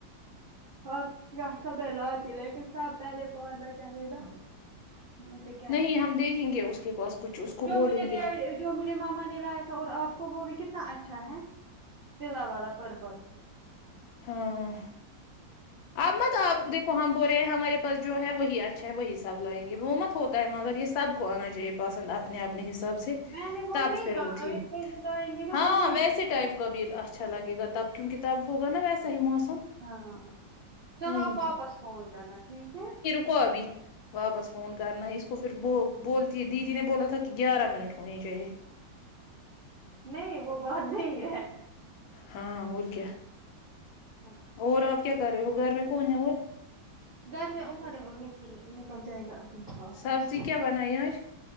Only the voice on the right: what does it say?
بت <unintelligible> سب لاتی لیکن سب پہلے پڑھنا چاہیے نا مجھے کیا
ہے
جو
مجھے
جو مجھے ماما نے لایا تھا اور آپ کو وہ بھی کتنا اچھا ہے چلا والا پرپل
میں نے وہ
نہیں
کہا
اگر وہی لائیں گے نا
وہ وہی
دیکھیے
ہاں چلو
آپ واپس فون کرنا ٹھیک ہے
نہیں وہ بات نہیں ہے
ہاں،
گھر میں عمر ہے وہ نکل نکل جائے گا ابھی آفس